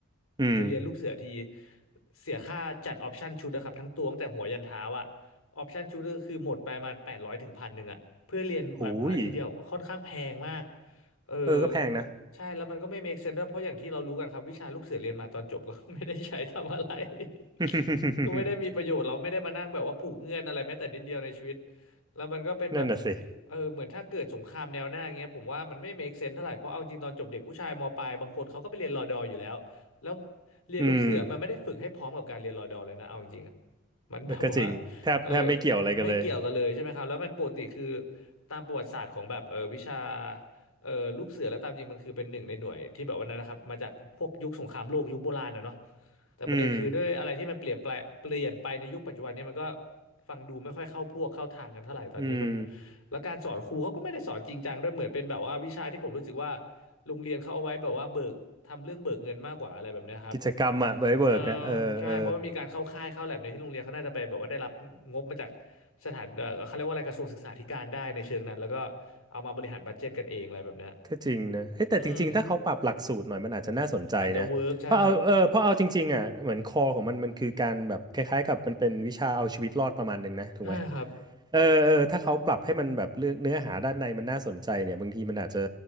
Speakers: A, on the right; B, on the left.
A: อืม
B: จะเรียนลูกเสือทีเสียค่าจัดออปชั่นชุดนะครับทั้งตัวตั้งแต่หัวยันเท้าอะออปชั่นชุดก็คือหมดไปประมาแปดร้อยถึงพันหนึ่งอะเพื่อเรียนอาทิตย์เดียวค่อนข้างแพงมาก
A: หูย
B: เออ
A: เออก็แพงนะ
B: ใช่แล้วมันก็ไม่ make sense ด้วยเพราะอย่างที่เรารู้กันครับวิชาลูกเสือเรียนมาตอนจบก็ <laughs> ไม่ได้ใช้ทำอะไร
A: <laughs>
B: <laughs> ก็ไม่ได้มีประโยชน์เราไม่ได้มานั่งแบบว่าผูกเงื่อนอะไรแม้แต่นิดเดียวในชีวิตแล้วมันก็เป็นแบบ
A: นั่นน่ะสิ
B: เออเหมือนถ้าเกิดสงครามแนวหน้าเงี้ยผมว่ามันไม่ make sense เท่าไหร่เพราะเอาจริงตอนจบเด็กผู้ชายมปลายบางคนเขาก็ไปเรียนรอดออยู่แล้วแล้วเรียนลูกเสือมันไม่ได้ฝึกให้พร้อมกับการเรียนรอดอเลยนะเอาจริง
A: อืม
B: มันแบบว่า
A: เออก็จริงแทบแทบไม่เกี่ยวอะไรกันเลย
B: เออไม่เกี่ยวกันเลยใช่ไหมครับแล้วมันปกติคือตามประวัติศาสตร์ของแบบเออวิชาเออลูกเสือแล้วตามจริงมันคือเป็นหนึ่งในหน่วยที่แบบว่านั้นนะครับมาจากพวกยุคสงครามโลกยุคโบราณนะเนาะแต่ประเด็นคือด้วยอะไรที่มันเปลี่ยนแปลงเปลี่ยนไปในยุคปัจจุบันเนี่ยมันก็
A: อืม
B: ฟังดูไม่ค่อยเข้าพวกเข้าทางกันเท่าไหร่ตอนนี้มัน
A: อืม
B: แล้วการสอนครูเขาก็ไม่ได้สอนจริงจังด้วยเหมือนเป็นแบบว่าวิชาที่ผมรู้สึกว่าโรงเรียนเขาเอาไว้แบบว่าเบิกทำเรื่องเบิกเงินมากกว่าอะไรแบบเนี้ยครับ
A: กิจกรรมอะไว้เวิร์กอะเออเออ
B: เออใช่เพราะว่ามีการเข้าค่ายเข้าแลบในที่โรงเรียนเขาน่าจะไปแบบว่าได้รับงบมาจากสถานเออเขาเรียกว่าอะไรกระทรวงศึกษาธิการได้ในเชิงนั้นแล้วก็เอามาบริหารบัดเจ็ตกันเองอะไรแบบเนี้ย
A: ก็จริงนะเฮ้ยแต่จริงๆถ้าเขาปรับหลักสูตรหน่อยมันอาจจะน่าสนใจนะเพราะเอาเออเพราะเอาจริงๆอ่ะเหมือนคอของมันมันคือการแบบคล้ายๆกับมันเป็นวิชาเอาชีวิตรอดประมาณหนึ่งนะถูกไหม
B: อืมอาจจะเวิร์กใช่ครับใช่ครับ
A: เออเออถ้าเขาปรับให้มันแบบเรื่องเนื้อหาด้านในมันน่าสนใจเนี่ยบางทีมันอาจจะ